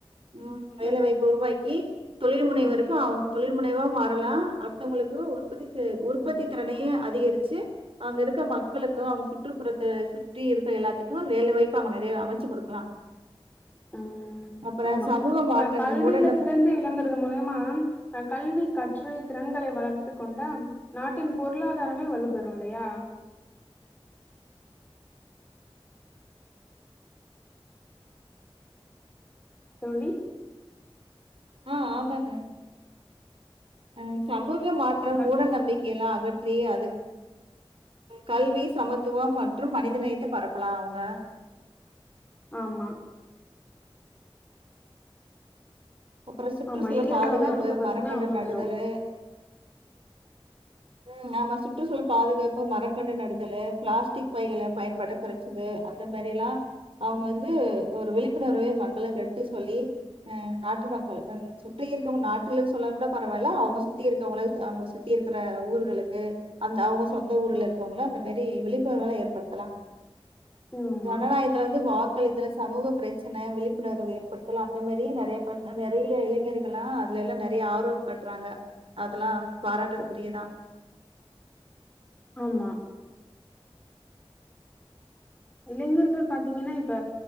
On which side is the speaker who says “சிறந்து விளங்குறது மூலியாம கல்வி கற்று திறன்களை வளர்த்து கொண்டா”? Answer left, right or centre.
Left